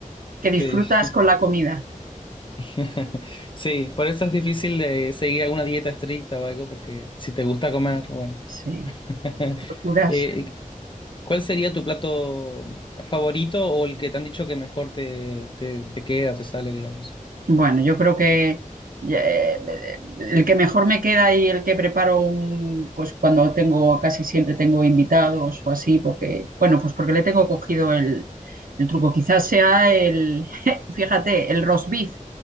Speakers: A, on the right; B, on the left.
A: que disfrutas
B: sí,
A: con la comida.
B: <laughs> sí. Por eso es difícil eh, seguir alguna dieta estricta o algo, porque si te gusta comer, bueno.
A: Sí,
B: <laughs>
A: locuras.
B: Eh, ¿Cuál sería tu plato favorito o el que te han dicho que mejor te, te, te queda, te sale, digamos?
A: Bueno, yo creo que eh, el que mejor me queda y el que preparo un- pues cuando tengo, casi siempre tengo invitados o así, porque, bueno, pues porque le tengo cogido el, el truco. Quizás sea el, <laughs> fíjate, el roast beef,